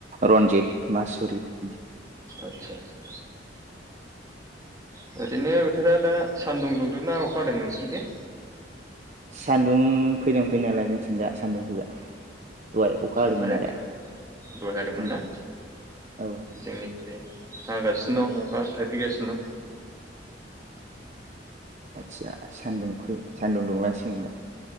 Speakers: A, on the right; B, on the right.
A: रन्जित मासुरि बिदि
B: आदसा सा सा ओरैनो बोथोरा दा सानदुं दुंदों ना अखा हादों नोंसिनिखै?
A: सान्दुं फैदों फैनायालाय जोंथिं दा सान्दुं फैबाय दहाय हादोंमोन
B: अखा <unintelligible>
A: आरो
B: दाहाय हादोंमोन
A: उम
B: ना
A: औ
B: जोंनिखैजाय हागासिनो दं अखा थाइफैगासिनो दं।
A: आदचा सानदुंखु सानदुं दुंलांसिगोन दां